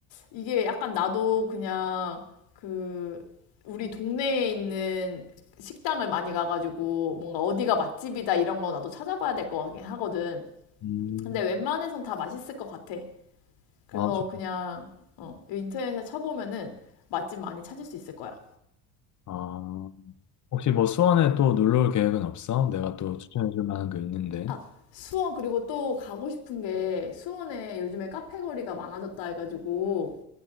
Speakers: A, on the left; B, on the left.
A: 이게 약간 나도 그냥 그 우리 동네에 있는 식당을 많이 가가지고 뭔가 어디가 맛집이다 이런 거 나도 찾아봐야 될 것 같긴 하거든.
B: 음,
A: 근데 웬만해선 다 맛있을 것 같아. 그래서
B: 아, 좋-
A: 그냥 어, 인터넷에 쳐보면은 맛집 많이 찾을 수 있을 거야.
B: 아, 혹시 뭐 수원에 또 놀러 올 계획은 없어? 내가 또 추천해줄 만한 게 있는데.
A: 아, 수원 그리고 또 가고 싶은 게 수원에 요즘에 카페 거리가 많아졌다 해가지고